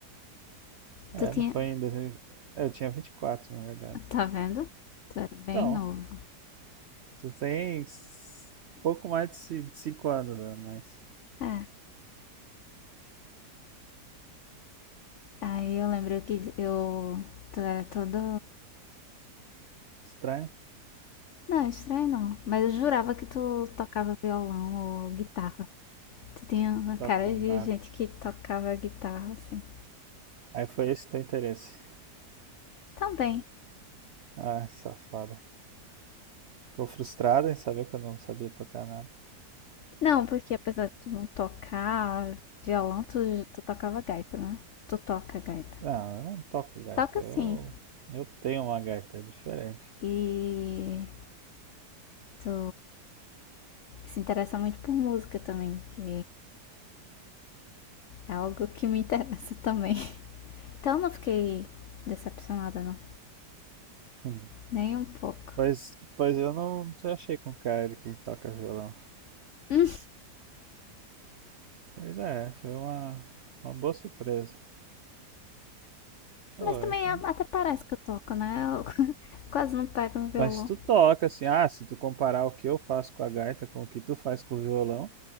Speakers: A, on the right; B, on the left.
A: É,
B: Tu tinha.
A: não foi ainda. Eu tinha 24, na verdade.
B: Tá vendo? Tu era bem
A: Então,
B: novo.
A: tu tem s- pouco mais de ci- de 5 anos a mais.
B: É. Aí eu lembro que eu. Tu era todo.
A: Estranho?
B: Não, é estranho não. Mas eu jurava que tu tocava violão ou guitarra. Tu tinha uma
A: Só
B: cara
A: com
B: de
A: nada.
B: gente que tocava guitarra, assim.
A: Aí foi esse teu interesse.
B: Também.
A: Ah, safada. Ficou frustrada em saber que eu não sabia tocar nada.
B: Não, porque apesar de tu não tocar violão, tu, tu tocava gaita, né? Tu toca gaita.
A: Não, eu não toco gaita.
B: Toca
A: Eu,
B: sim.
A: eu tenho uma gaita, é diferente.
B: E tu se interessa muito por música também, que É algo que me interessa também. <laughs> Então não fiquei decepcionada, não.
A: <laughs>
B: Nem um pouco.
A: Pois, pois eu não te achei com cara de quem toca violão.
B: Hum.
A: Pois é, foi uma, uma boa surpresa.
B: <laughs>
A: Foi.
B: Mas também
A: tu-
B: até parece que eu toco, né? Eu <laughs> quase não pego no violão.
A: Mas tu toca, assim, ah, se tu comparar o que eu faço com a gaita com o que tu faz com o violão,